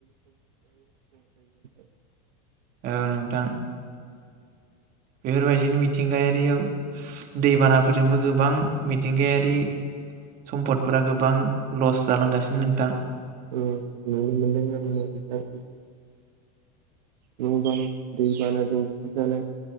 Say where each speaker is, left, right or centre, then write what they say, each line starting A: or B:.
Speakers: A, on the right; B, on the right.
A: <unintelligible>
B: औ नोंथां। बेफोरबायदिनो मिथिंगायारियाव दैबानाफोरजोंबो गोबां मिथिंगायारि समपदफोरा गोबां लस जालांगासिनो नोंथां।
A: <unintelligible> न' बां दै बानो बुखार जानाय